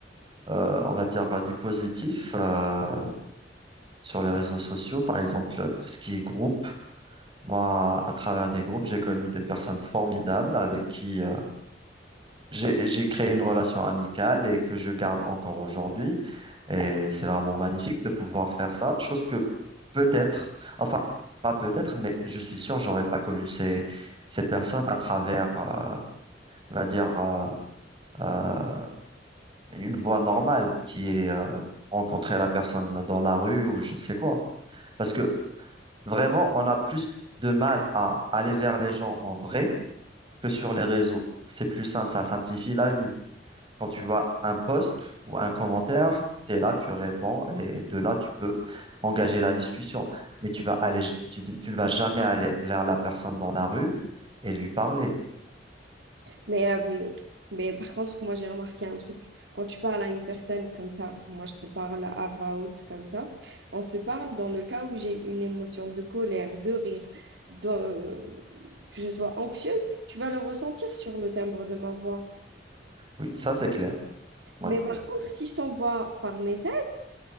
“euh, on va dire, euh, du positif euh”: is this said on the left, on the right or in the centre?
Right